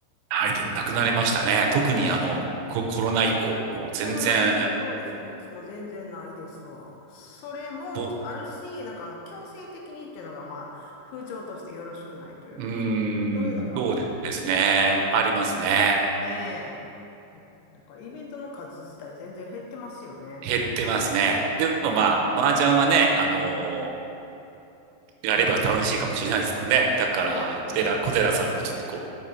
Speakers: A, on the right (about 80°); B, on the left (about 80°).
A: はい、で、なくなりましたね。特にあの、
B: ねえ、
A: コ、コロナ以降、もう全然、
B: コロナ以降そうですよね。うちも全然ないですわ。それもあるし、
A: ぼ、
B: なんかあの、強制的にっていうのが、まあ、風潮としてよろしくないというか、
A: うーん、
B: そういうのがあるんですね。
A: そうですね。ありますね。
B: ねえ。うんだからイベントの数自体全然減ってますよね。
A: 減ってますね。でもまあ、
B: ねえ。
A: 麻雀はね、あのーやれば楽しいかもしれないですので、だから、
B: そうですね。
A: 小寺、小寺さんもちょっとこう、